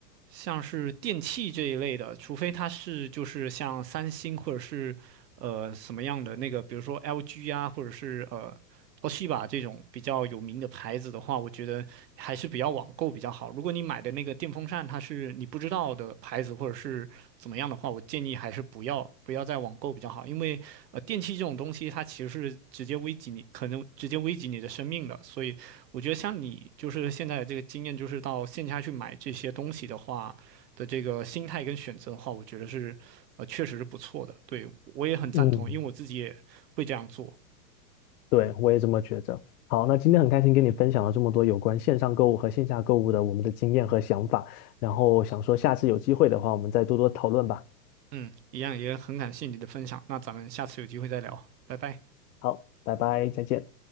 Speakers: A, on the right; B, on the left.
A: 像是电器这一类的，除非它是就是像三星或者是呃什么样的那个，比如说 LG 啊，或者是呃 Toshiba 这种比较有名的牌子的话，我觉得还是比较网购比较好。如果你买的那个电风扇它是你不知道的牌子或者是怎么样的话，我建议还是不要不要再网购比较好，因为呃电器这种东西它其实是直接危及你，可能直接危及你的生命的，所以我觉得像你就是现在的这个经验，就是到线下去买这些东西的话的这个心态跟选择的话，我觉得是呃确实是不错的，对我也很赞同，
B: 嗯
A: 因为我自己也会这样做，
B: 对，我也这么觉着。好，那今天很开心跟你分享了这么多有关线上购物和线下购物的我们的经验和想法，然后想说下次有机会的话，我们再多多讨论吧。
A: 嗯，一样也很感谢你的分享，那咱们下次有机会再聊，拜拜。
B: 好，拜拜，再见。